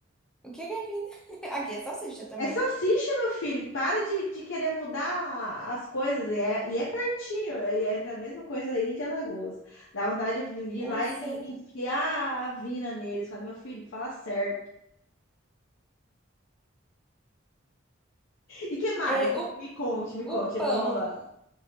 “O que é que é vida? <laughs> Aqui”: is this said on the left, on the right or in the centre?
Centre